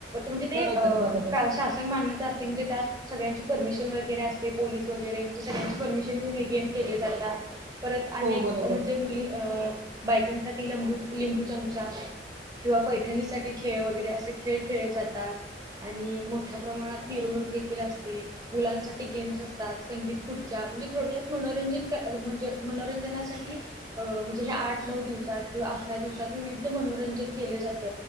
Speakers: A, on the right; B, on the right.
A: म्हणजे ते
B: बरोबर बरोबर
A: शासन मान्यता असते म्हणजे त्यात सगळ्यांची परमिशन वगैरे असते, पोलीस वगैरे म्हणजे सगळ्यांची परमिशन घेऊन हे गेम केले जातात. परत अनेक
B: हो बरोबर
A: म्हणजे मुली अ बायकांसाठी लंबू लिंबू चमचा किंवा पैठणीसारखे खेळ वगैरे असे खेळ खेळले जातात. आणि मोठ्या प्रमाणात मिरवणूक देखील असते. मुलांसाठी गेम्स असतात. संगीत खुर्च्या म्हणजे थोडक्यात मनोरंजन म्हणजे मनोरंजनासाठी म्हणजे हे आठ नऊ दिवसात किंवा अकरा दिवसात विविध मनोरंजन केले जात